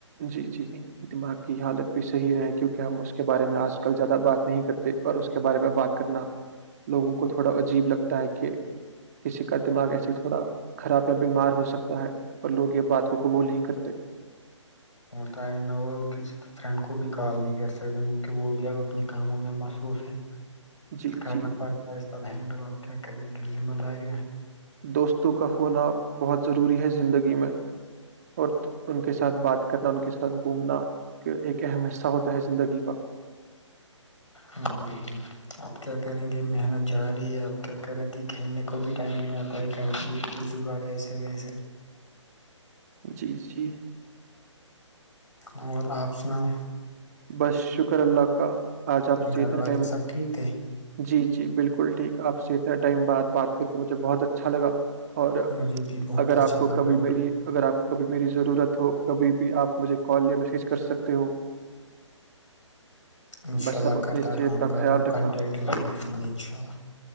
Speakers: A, on the right; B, on the left.
A: جی جی دماغ کی حالت بھی صحیح رہے کیونکہ ہم اس کے بارے میں آج کل زیادہ بات نہیں کرتے اور اس کے بارے میں بات کرنا لوگوں کو تھوڑا عجیب لگتا ہے کہ کسی کا دماغ ایسے تھوڑا خراب یا بیمار ہو سکتا ہے اور لوگ یہ بات کو قبول نہیں کرتے
B: ہوتا ہے نہ وہ کسی فرینڈ کو بھی کال نہیں کر سکتے کیکہ وہ بھی اپنے کاموں میں مصروف ہے
A: جی
B: کرنا
A: جی
B: پڑتا ہے س ہینڈ پب کیا کریں یہ ذمہ دارییاں
A: دوستوں کا ہونا بہت ضروری ہے زندگی میں اور ان کے ساتھ بات کرنا ان کے ساتھ گھومنا ایک اہم حصہ ہوتا ہے زندگی کا
B: ہ اپ کیا کریں گے محنت جا رہی ہے اب کیا کریں گے کھیلنے کو بھی ٹائم نہیں آتا ہے کای ک جگاڑ ایسے ویسے
A: جی جی
B: اور آپ سناؤ
A: بس شکر اللہ کا آج آپ سیھ
B: گھر والے
A: ٹم
B: سب ٹھیک تھے
A: جی جی بالکل بالکل ٹھیک آپ سے اتنا ٹائم بعد بات کر کے مجھے بہت اچھا لا اور
B: مجھے بھی بہت
A: اگر
B: اچھا
A: آپ کو
B: لگا
A: کبھی
B: اور
A: میری اگر آپ کبھی میری ضرورت ہو کبھی بھی آپ مجھے کال یا میسج کر سکتے ہو
B: انشاء
A: بس
B: اللہ
A: آپ اپنی
B: کرتا
A: صحت
B: رہوں
A: کا
B: گا
A: خیال رکھنا
B: کانٹیکٹ میں ہی رہیں گے انشاء اللہ